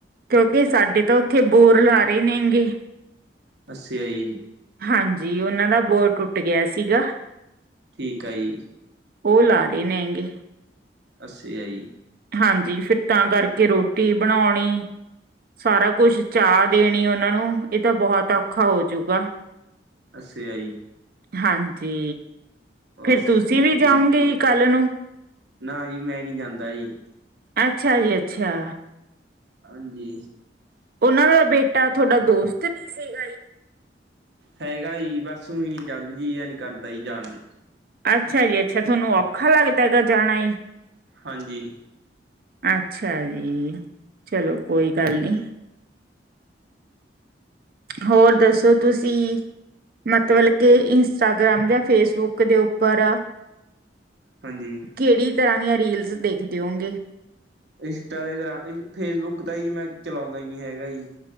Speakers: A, on the right; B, on the right.
A: ਕਿਉਂਕਿ ਸਾਡੇ ਤਾਂ ਉੱਥੇ ਬੋਰ ਲਾ ਰਹੇ ਨੈਂਗੇ।
B: <inaudible> ਈ
A: ਹਾਂਜੀ ਉਹਨਾਂ ਦਾ ਬੋਰ ਟੁੱਟ ਗਿਆ ਸੀਗਾ।
B: ਠੀਕ ਆ ਜੀ।
A: ਉਹ ਲਾ ਰਹੇ ਨੇ ਹੈਂਗੇ।
B: ਅੱਸ ਆ ਜੀ।
A: ਹਾਂਜੀ ਫਿਰ ਤਾਂ ਕਰਕੇ ਰੋਟੀ ਬਣਾਉਣੀ ਸਾਰਾ ਕੁਛ ਚਾਅ ਦੇਣੀ ਉਹਨਾਂ ਨੂੰ ਇਹ ਤਾਂ ਬਹੁਤ ਔਖਾ ਹੋਜੂਗਾ।
B: ਅਸੀ ਆਈ
A: ਹਾਂਜੀ ਫੇਰ
B: ਓਸ
A: ਤੁਸੀਂ
B: ਓਕੇ
A: ਵੀ ਜਾਉਂਗੇ ਹੀ ਕੱਲ ਨੂੰ,?
B: ਨਾ ਜੀ ਮੈਂ ਨੀ ਜਾਂਦਾ ਜੀ।
A: ਅੱਛਾ ਜੀ ਅੱਛਾ।
B: ਹਾਂਜੀ
A: ਉਹਨਾਂ ਦਾ ਬੇਟਾ ਤੁਹਾਡਾ ਦੋਸਤ ਨਹੀਂ ਸੀਗਾ ਜੀ
B: ਹੈਗਾ ਈ ਬਸ ਨੀ ਊਂ ਹੀ ਜਦ ਜੀਆ ਈ ਨੀ ਕਰਦਾ ਸੀ ਜਾਣ ਨੂੰ
A: ਅੱਛਾ ਜੀ ਅੱਛਾ ਤੁਹਾਨੂੰ ਔਖਾ ਲੱਗਦਾ ਹੈਗਾ ਜਾਣਾ
B: ਹਾਂਜੀ
A: ਅੱਛਾ ਜੀ ਚਲੋ ਕੋਈ ਗੱਲ ਨਹੀਂ। ਹੋਰ ਦੱਸੋ ਤੁਸੀਂ? ਮਤਲਬ ਕਿ ਇੰਸਟਾਗ੍ਰਾਮ ਜਾਂ ਫੇਸਬੁੱਕ ਦੇ ਉੱਪਰ
B: ਹਾਂਜੀ
A: ਕਿਹੜੀ ਤਰ੍ਹਾਂ ਦੀਆਂ ਰੀਲਸ ਦੇਖਦੇ ਹੋਂਗੇ?
B: ਇੰਸਟਾ ਤੇ ਗ੍ਰਾਮ ਇ ਫੇਸਬੁੱਕ ਤਾਂ ਹੀ ਮੈਂ ਚਲਾਉਂਦਾ ਹੀ ਨੀ ਹੈਗਾ ਹੀ।